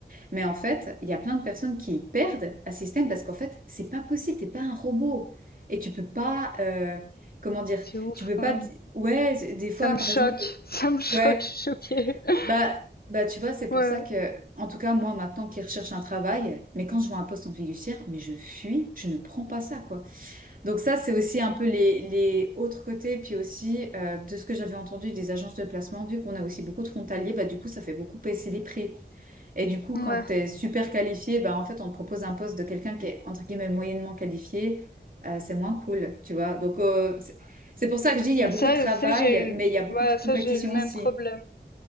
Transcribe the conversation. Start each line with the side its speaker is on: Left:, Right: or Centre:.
Right: Mais en fait, il y a plein de personnes qui perdent un système parce qu'en fait, c'est pas possible, t'es pas un robot. Et tu peux pas, euh, comment dire,
Left: C'est ouf
Right: tu peux
Left: quand
Right: pas,
Left: même.
Right: di- ouais, c'est- des fois,
Left: Ça me
Right: par
Left: choque,
Right: exemple,
Left: <laughs> ça me choque,
Right: ouais,
Left: je suis choquée. <laughs>
Right: bah, bah tu vois, c'est pour
Left: Ouais,
Right: ça que, en tout cas, moi, maintenant qui recherche un travail, mais quand je vois un poste en fiduciaire, mais je fuis, je ne prends pas ça, quoi. Donc ça, c'est aussi un peu les, les autres côtés, puis aussi euh, de ce que j'avais entendu des agences de placement, vu qu'on a aussi beaucoup de frontaliers, bah, du coup, ça fait beaucoup baisser les prix. Et du coup,
Left: ouais.
Right: quand tu es super qualifié, bah, en fait, on te propose un poste de quelqu'un qui est, entre guillemets, moyennement qualifié, euh, c'est moins cool, tu vois. Donc euh, c'est c'est pour ça que je dis, il y
Left: Mais
Right: a beaucoup
Left: ça
Right: de travail,
Left: ça j'ai eu
Right: mais il y a beaucoup
Left: ouais,
Right: de compétition
Left: ça j'ai eu le
Right: aussi.
Left: même problème.